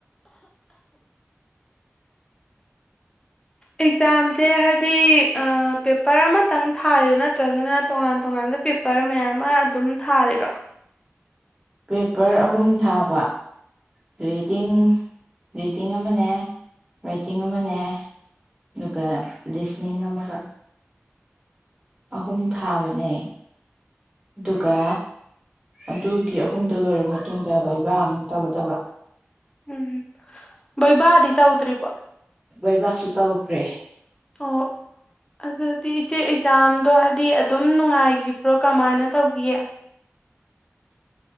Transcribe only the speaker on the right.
ꯄꯦꯄꯔ ꯑꯍꯨꯝ ꯊꯥꯕ ꯔꯤꯗꯤꯡ ꯔꯤꯗꯤꯡ ꯑꯃꯅꯦ ꯔꯥꯏꯇꯤꯡ ꯑꯃꯅꯦ ꯑꯗꯨꯒ ꯂꯤꯁꯅꯤꯡ ꯑꯃꯒ ꯑꯍꯨꯝ ꯊꯥꯕꯅꯦ ꯑꯗꯨꯒ ꯑꯗꯨꯒꯤ ꯑꯍꯨꯝꯗ ꯂꯣꯏꯔꯕ ꯃꯇꯨꯡꯗ ꯕꯩꯕꯥ ꯑꯃꯨꯛ ꯇꯧꯒꯗꯕ
ꯩꯚꯥꯁꯤ ꯇ ꯎ꯭ꯔꯦ